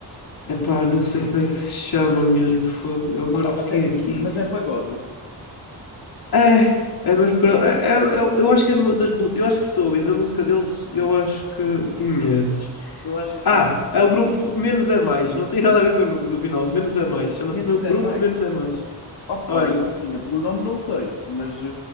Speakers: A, on the left; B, on the left.
A: ok.
B: Epá, não sei como é que se chama mesmo, fogo. Eu agora
A: Ah, pá, mas
B: fiquei
A: é,
B: aqui.
A: mas é pagode?
B: É, é mesmo. que- É, é- eu, eu acho que é de uma das. mu- Eu acho que se a música deles, eu acho que conheces.
A: Eu acho que
B: Ah,
A: sim.
B: é o grupo Menos é Mais. Não tem nada a ver com números, afinal. Menos é Mais. Chama-se
A: Menos
B: mesmo
A: é
B: Grupo
A: mais.
B: Menos é Mais.
A: Opa,
B: Olha,
A: imagina, pelo nome não sei, mas eh,